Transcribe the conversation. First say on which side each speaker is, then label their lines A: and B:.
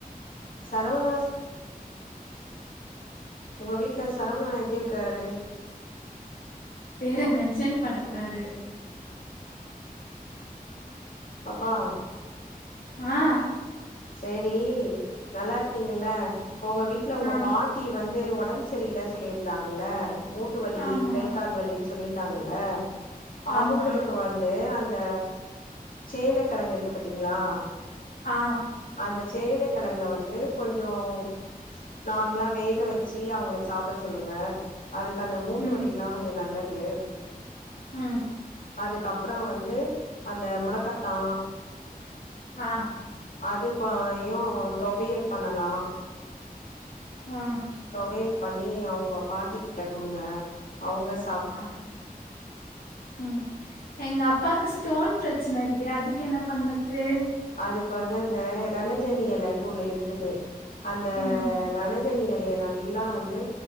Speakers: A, on the left; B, on the left.
A: சரவணாஸ் உங்க வீட்ல சரவணா எப்டி இருக்காரு?
B: பேர மென்ஷன் பண்ண கூடாது
A: பாப்பா
B: ஆ
A: செரி நல்லா இருக்கீங்கல்ல இப்ப உங்க வீட்ல உங்க
B: ஆ
A: பாட் ட்டி வந்து ஒடம்பு சரியில சொல்லிருந்தாங்கல்ல மூட்டு வலி
B: ஆமா
A: கை கால் வலின்னு சொல்லியிருந்தாங்கல்ல
B: ஆமா
A: அவுங்களுக்கு வந்து அந்த சேனைக்கிழங்குருக்கு பாத்தீங்களா
B: ஆ
A: அந்த சேனைக்கிழங்க வந்து கொஞ்சம் நார்மலா வே க வச்சு அவங்கள சாப்பிட சொல்லுங்க அதுக்கு அந்த மூட்டு
B: ம்
A: வலிிக்கல்லாம் கொஞ்சம் நல்லது
B: ம்
A: அதுக்கப்புறம் வந்து அந்த முடக்கத்தான்
B: ஆ
A: அது குவாயு தொவையல் பண்ணலாம்
B: ஆ
A: தொவையல் பண்ணி அவுங்க பாட்டி கிட்ட கொடுங்க அவுங்க ச
B: ஆ ம் எங்க அப்பாக்கு ஸ்டோன் பிரச்சன இதுக்குது அதுக்கு என்ன பண்ணது
A: அதுக்கு வந்து அந்த ரணஜனியலன்ட்டு ஒன்னு இருக்குது அந்த
B: ம்
A: ரண ஜனி எலைய நல்லா வந்து